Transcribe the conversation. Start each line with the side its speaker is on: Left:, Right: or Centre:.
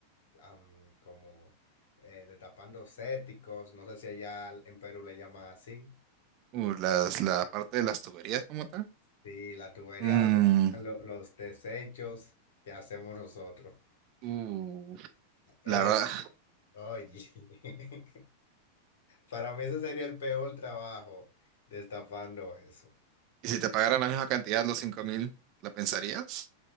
Left: am, como eh, destapando céticos, no sé si allá en Perú le llaman así,
Right: uh, las, la parte de las tuberías como tal.
Left: y la tubería
Right: Mm,
Left: donde van lo- los desechos que hacemos nosotros.
Right: uh,
Left: Es,
Right: la verdad.
Left: oye, <laughs> para mí ese sería el peor trabajo, destapando eso.
Right: Y si te pagaran la misma cantidad, los cinco mil, ¿lo pensarías?